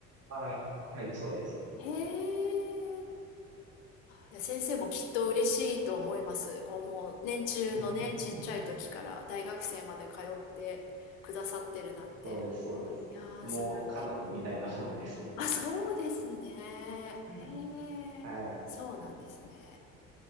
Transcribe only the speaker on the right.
あ、はい、そうです。
<laughs>
うんそうです、そうです。
もう家族みたいなもんです。
うん
はい、